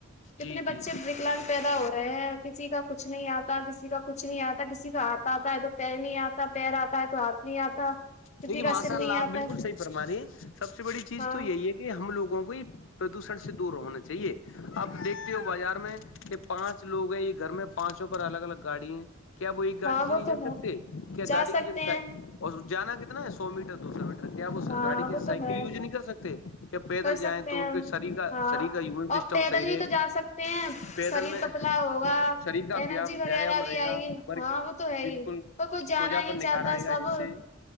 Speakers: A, on the left; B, on the left.
A: کتنے
B: جی
A: بچے
B: جی
A: وکلگ پیدا ہو رہے ہیں کسی کا کچھ نہیں آتا کسی کا کچھ نہیں آتا کسی کا آتا آتا ہے تو پ نہیں آتا پیر آتا ہے تو ہاتھ نہیں آتا کسی
B: دیکھیے
A: کا
B: ماشاء
A: سر
B: اللہ
A: نہیں
B: آپ
A: آتا
B: بالکل
A: ہے
B: صحیح فرما رہ ہیں سب سے بڑی چیز
A: ہاں
B: تو یہی ہے کہ ہم لوگوں کو ہی پردوشن سے دور ہونا چاہیے اپ دیکھتے ہو بازار میں کہ پانچ لوگ ہیں یہ گھر میں پانچوں پر الگ الگ گاڑی کیا وہ ایک گاڑی
A: ہاں
B: سے
A: وہ
B: نہیں
A: تو
B: جا سکتے
A: ہے
B: کیا
A: جا
B: گاڑی
A: سکتے
B: کی جگہ
A: ہیں
B: اور جانا کتنا ہے سو میٹر دو سو میٹر کیا آپ
A: ہاں
B: گاڑی کی
A: وہ
B: سائیکل
A: تو ہے
B: یوز نہیں کر سکتے یا پیدل
A: کر سکتے
B: جائیں تو
A: ہیں
B: ان کے شری کا
A: ہاں
B: شریر کا ہیومن
A: اور
B: سسٹم
A: پیدل
B: م سییرے
A: بھی تو جا سکتے ہیں
B: پیدل
A: شریر
B: میں
A: پتلا ہوگا
B: شریر کا
A: انرجی وغیرہ
B: ویایام
A: بھی
B: رہے گا
A: آئے گی
B: برک
A: ہاں وہ تو ہے
B: بالکل
A: ہی پر کوئی جانا
B: توجہ
A: نہیں
B: پر نکار
A: چاہتا
B: آئے
A: سب
B: گا جسے